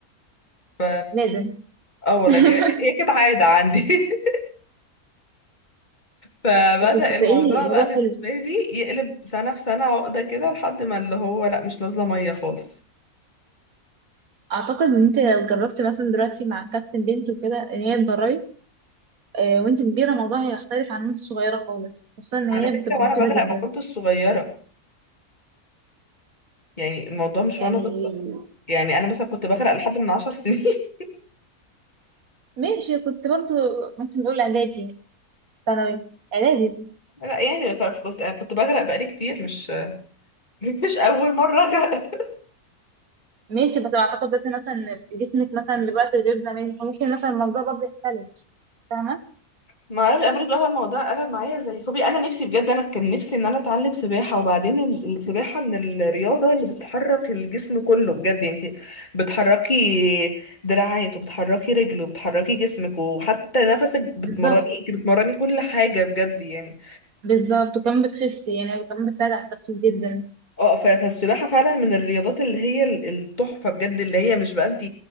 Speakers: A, on the left; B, on the right.
A: ف
B: لازم
A: اه والله
B: <laughs>
A: كا- هي كانت عادة عندي <laughs> فبدأ
B: بس صدقيني
A: الموضوع
B: الموضوع
A: بقى بالنسبة
B: حلو
A: لي يقلب سنة في سنة عقدة كده لحد ما اللي هو لا مش نازلة مية خالص
B: اعتقد ان انت لو جربت مثلا دلوقتي مع كابتن بنت وكده ان هي تدربي آه، وانت كبيره الموضوع هيختلف عن وانت صغيره خالص خصوصا ان
A: على
B: هي
A: فكرة
B: بتبقى
A: وانا
B: مفيده
A: بغرق
B: جدا
A: ما كنتش صغيرة يعني الموضوع مش
B: يعني
A: وانا طفلة يعني انا مثلا كنت بغرق لحد من عشر سنين <laughs>
B: ماشي كنت برضو ممكن نقول اعدادي ثانوي اعدادي
A: لا يعني ف- كنت كنت بغرق بقالي كتير مش <laughs> مش اول مرة اغرق
B: ماشي بس اعتقد دلوقتي مثلا جسمك مثلا دلوقتي غير زمان فممكن مثلا الموضوع برضو يختلف فاهمه
A: ما اعرفش انا برضه بقى الموضوع قلب معايا زي فوبيا انا نفسي بجد انا كان نفسي ان انا اتعلم سباحه وبعدين ال- السباحه من الرياضه اللي بتحرك الجسم كله بجد يعني انت بتحركي دراعات وبتحركي رجل وبتحركي جسمك وحتى نفسك بتمرني
B: بالظبط
A: انت بتمرني كل حاجه بجد يعني
B: بالظبط وكمان بتخسي يعني وكمان بتساعد على التخسيس جدا
A: اه ف- فالسباحه فعلا من الرياضات اللي هي ال- التحفه بجد اللي هي مش بقى انت